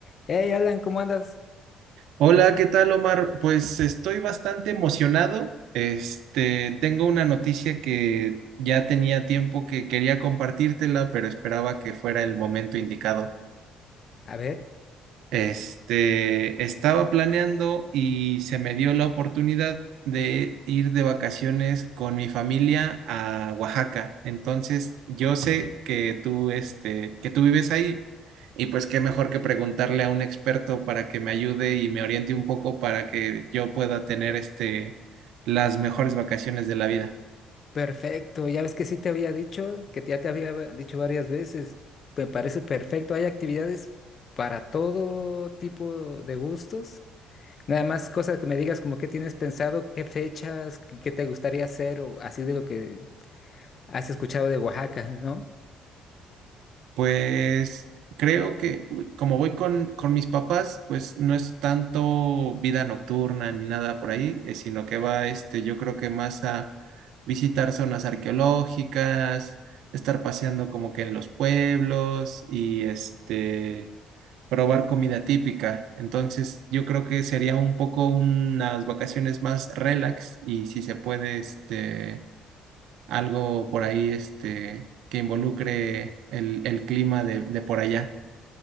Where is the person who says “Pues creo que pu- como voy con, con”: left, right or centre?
Right